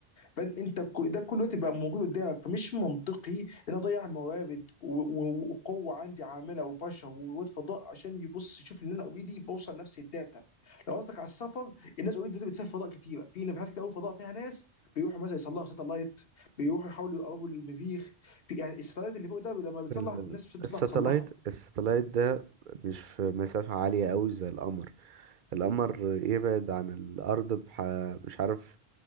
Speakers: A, on the left (about 65°); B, on the right (about 55°).
A: فانت ك- ده كله تبقى موجود قدامك فمش منطقي ان انا اضيع موارد و- و- وقوه عندي عامله وبشر وواد فضاء عشان يبص يشوف ان انا اوريدي بوصل نفس الداتا لو قصدك على السفر الناس اوريدي دلوقتي بتسافر فضاء كتيره في نبحات كتير قوي فضاء فيها ناس بيروحوا مثلا يصلحوا ساتلايت بيروحوا يحاولوا يقربوا للمريخ في يعني الساتلايت اللي فوق ده لما بتصلح
B: ال-
A: الناس بتطلع
B: الساتلايت
A: تصلحه
B: الساتلايت ده مش في مسافة عالية أوي زي القمر القمر يبعد عن الأرض بح... مش عارف